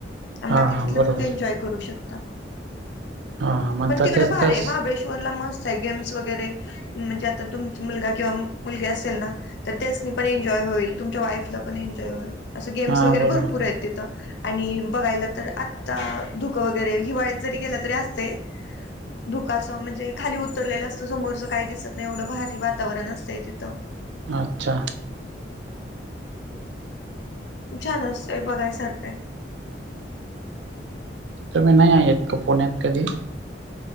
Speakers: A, on the left (about 70°); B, on the right (about 80°).
A: आणि
B: हा
A: बाकी
B: हा
A: तिथलं
B: बरोबर
A: मग एन्जॉय करू शकता.
B: हा मग
A: पण तिकड
B: तसच
A: भारी
B: तस
A: हाय, महाबळेश्वरला मस्त आहे गेम्स वगैरे. म्हणजे आता तुमचा मुलगा किंवा मुलगी असेल ना. तर त्यासनी पण एन्जॉय होईल तुमच्या वाईफला पण एन्जॉय होईल. असं गेम्स
B: हा
A: वगैरे
B: बरोबर
A: भरपूर आहेत तिथं आणि बघायला तर आत्ता धुकं वगैरे हिवाळ्यात जरी गेला तरी असतंय. धुकासं म्हणजे खाली उतरलेलं असतं, समोरचं काही दिसत नाही एवढं भारी वातावरण असतंय तिथं.
B: अच्छा.
A: छान असतंय बघायसारखं आहे.
B: तुम्ही नाही येत का पुण्यात कधी?